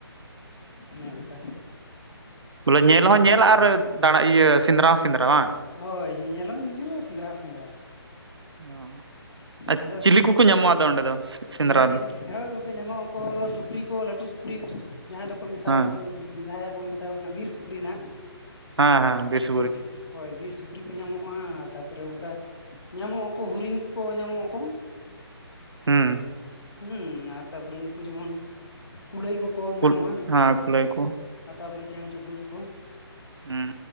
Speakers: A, on the left; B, on the right.
A: ᱚᱱᱮ ᱚᱱᱠᱟ
B: ᱚᱻᱵᱚᱞᱮ ᱧᱮᱞ ᱦᱚᱸ ᱧᱮᱞ ᱟᱨᱼᱼ ᱫᱟᱲᱟ ᱤᱭᱟᱹ ᱥᱮᱸᱫᱽᱨᱟ ᱦᱚᱸ ᱥᱮᱸᱫᱽᱨᱟ ᱵᱟᱝ᱾
A: ᱦᱚᱭ ᱧᱮᱧᱮᱞ ᱦᱚᱸ ᱧᱮᱧᱮᱞ ᱥᱮᱸᱫᱽᱨᱟ ᱦᱚᱸ ᱥᱮᱸᱫᱽᱨᱟ᱾
B: ᱚᱸᱻ ᱟᱨ
A: ᱟᱫᱚ
B: ᱪᱤᱞᱤ ᱠᱩᱠᱩ ᱧᱟᱢᱚᱜ-ᱟ ᱟᱫᱚ ᱚᱸᱰᱮ ᱫᱚ ᱥᱮᱸᱫᱽᱨᱟ
A: ᱜᱚᱝᱠᱮ
B: ᱨᱮ ᱫᱚ?
A: ᱦᱳᱭ ᱜᱚᱝᱠᱮ ᱧᱟᱢᱚᱜ ᱟᱠᱚ ᱥᱩᱠᱨᱤ ᱠᱚ ᱞᱟᱹᱴᱩ ᱥᱩᱠᱨᱤ ᱡᱟᱦᱟᱸᱭ ᱫᱚᱠᱚ ᱢᱮᱛᱟ
B: ᱦᱮᱸ
A: ᱠᱚ ᱩᱸᱻ ᱡᱟᱦᱟᱸᱭ ᱵᱚᱱ ᱢᱮᱛᱼᱼ ᱢᱮᱛᱟ ᱠᱚ ᱠᱟᱱᱟ ᱵᱤᱨ ᱥᱩᱠᱨᱤ ᱱᱟᱦᱟᱸᱜ᱾
B: ᱦᱮᱸ ᱦᱮᱸ ᱵᱤᱨᱥᱼᱼ
A: ᱵᱤᱼᱼ ᱦᱳᱭ ᱵᱤᱨ ᱥᱩᱠᱨᱤ ᱠᱚ ᱧᱟᱢᱚᱜ-ᱟ ᱛᱟᱯᱚᱨᱮ ᱚᱱᱠᱟ ᱧᱟᱢᱚᱜ ᱟᱠᱚ ᱦᱚᱨᱤᱱ ᱠᱚ ᱧᱟᱢᱚᱜ ᱟᱠᱚ᱾
B: ᱦᱩᱸ᱾
A: ᱦᱩᱸ ᱟᱨ ᱛᱟᱨᱯᱚᱨᱮ ᱱᱩᱠᱩ ᱡᱮᱢᱚᱱ ᱠᱩᱞᱟᱹᱭ ᱠᱚᱠᱚ ᱧᱟᱢᱚᱜ-ᱟ
B: ᱠᱩᱞ ᱦᱮᱸ ᱠᱩᱞᱟᱹᱭ
A: ᱾
B: ᱠᱚ
A: ᱟᱨ ᱛᱟᱨᱯᱚᱨᱮ ᱪᱮᱸᱬᱮ ᱪᱩᱯᱲᱩᱡ ᱠᱚ᱾
B: ᱦᱩᱸ